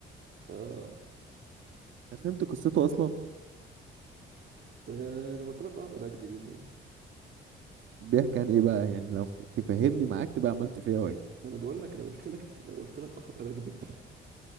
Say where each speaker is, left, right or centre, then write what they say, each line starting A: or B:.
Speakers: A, on the right; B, on the right.
A: اه
B: انت فهمت قصته اصلا
A: آه، لو قلت لك اه ابقى بكذب يعني
B: بيحكي عن ايه بقى يعني لو ف- تفهمني معاك تبقى عملت فيها واجب
A: ما انا بقول لك لو قلت لك لو قلت لك اه ابقى بكذب